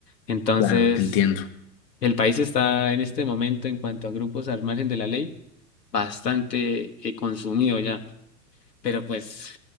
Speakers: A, on the left; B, on the left.
A: Entonces,
B: Claro, te entiendo.
A: el país está en este momento, en cuanto a grupos al margen de la ley, bastante eh, consumido ya, pero pues